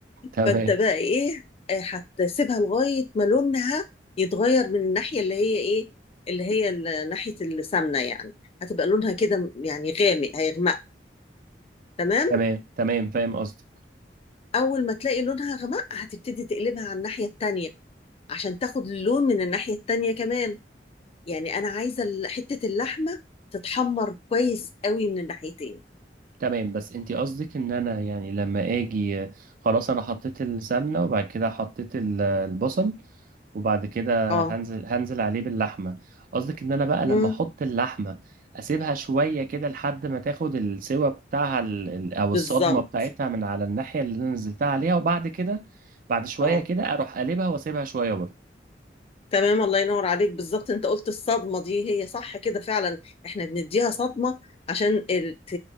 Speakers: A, on the right; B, on the left.
A: تمام
B: فانت بقى ايه آه، هتسيبها لغايه ما لونها يتغير من الناحيه اللي هي ايه اللي هي ال- ناحيه السمنه يعني هتبقى لونها كده يعني غامق هيغمق تمام
A: تمام تمام فاهم قصدك
B: اول ما تلاقي لونها غمق هتبتدي تقلبها على الناحية التانية عشان تاخد اللون من الناحية التانية كمان يعني انا عايزة ال- حتة اللحمة تتحمر كويس قوي من الناحيتين
A: تمام بس انت قصدك ان انا يعني لما اجي خلاص انا حطيت السمنه وبعد كده حطيت ال- البصل وبعد كده
B: اه
A: هنزل هنزل عليه باللحمه قصدك ان انا بقى لما
B: مم.
A: احط اللحمه اسيبها شويه كده لحد ما تاخد السوا بتاعها ال- ال- او
B: بالظبط
A: الصدمه بتاعتها من على الناحيه اللي انا نزلتها عليها وبعد كده بعد شويه
B: اه
A: كده اروح قلبها واسيبها شويه برضه
B: تمام الله ينور عليك بالظبط انت قلت الصدمة دي هي صح كده فعلا احنا بنديها صدمة عشان ال- ت-